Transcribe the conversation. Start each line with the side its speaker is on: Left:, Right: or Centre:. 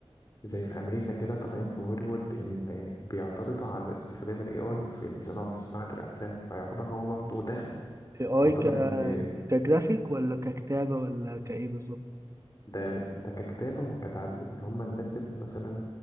Left: زي في أمريكا كده طالعين في هوليوود إن بيعترضوا على استخدام ال AI في الصناعة في صناعة الأفلام فيعتبر هو برضو دخل
Right: اي اي
Left: يعتبر
Right: ك
Left: إن
Right: كجرافيك ولا ككتابه ولا كايه بالظبط
Left: ده ده ككتابة وكتعديل اللي هما الناس اللي مثلا